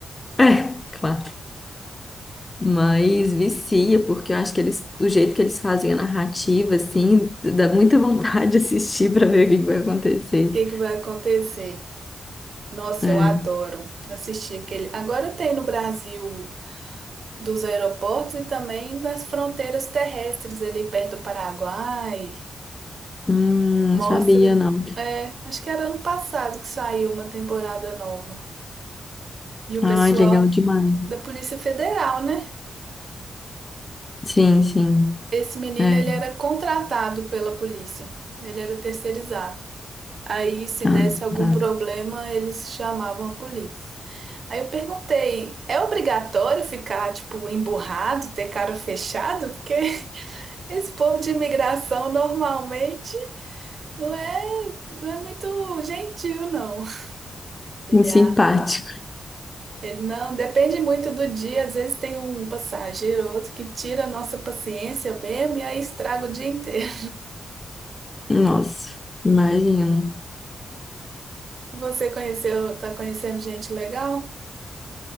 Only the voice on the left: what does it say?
É, claro. Mas vicia, porque eu acho que eles, do jeito que eles fazem a narrativa, assim, dá muita vontade de assistir para ver o que que vai acontecer.
É.
Hum,
não sabia, não.
Ai,
legal demais.
Sim, sim.
É.
Ah,
tá.
Muito simpático.
Nossa, imagino.